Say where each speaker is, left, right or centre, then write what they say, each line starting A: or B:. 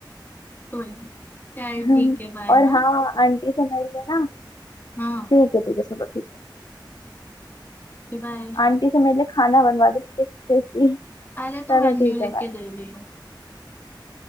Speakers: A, on the left (about 25°); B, on the left (about 60°).
A: कोई नहीं। चल
B: <laughs>
A: ठीक है बाय
B: और
A: हाँ
B: हाँ आंटी से मिल लेना
A: हाँ
B: ठीक है ठीक है चलो ठीक है
A: बाय
B: आंटी से मेरे लिए खाना बनवा देना टेस्टी टेस्टी
A: अरे
B: चलो
A: तो मेन्यू
B: ठीक है
A: लिख
B: बाय
A: के दे दियो